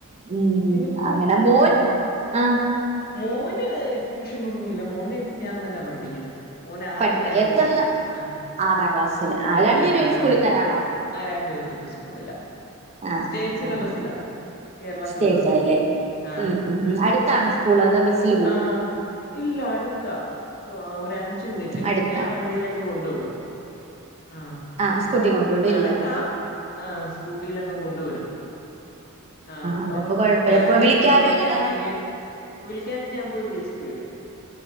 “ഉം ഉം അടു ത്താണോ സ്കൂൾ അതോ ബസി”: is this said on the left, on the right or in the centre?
Right